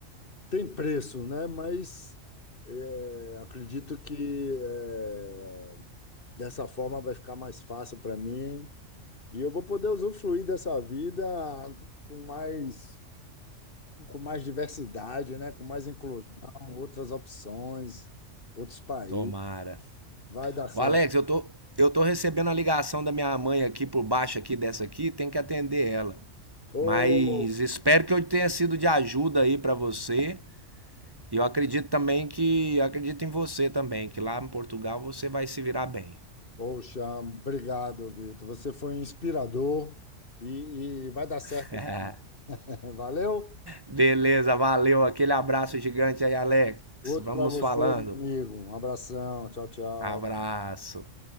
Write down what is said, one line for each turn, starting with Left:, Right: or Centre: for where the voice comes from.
Left: tem preço, né? Mas é, acredito que é, dessa forma vai ficar mais fácil para mim E eu vou poder usufruir dessa vida com mais, com mais diversidade, né? Com mais inclusão, outras opções, outros países.
Right: Tomara.
Left: Vai dar certo.
Right: Ô, Alex, eu tô, eu tô recebendo a ligação da minha mãe aqui por baixo aqui dessa aqui, tem que atender ela. Mas
Left: Ô,
Right: espero que eu tenha sido de ajuda aí pra você. E eu acredito também que. Eu acredito em você também, que lá em Portugal você vai se virar bem.
Left: poxa, obrigado, Vitor. Você foi um inspirador e, e vai dar certo.
Right: <laughs>
Left: <laughs> Valeu?
Right: Beleza, valeu. Aquele abraço gigante aí, Alex.
Left: Outro
Right: Vamos
Left: para
Right: nos
Left: você,
Right: falando.
Left: meu amigo. Um abração. Tchau, tchau.
Right: Abraço.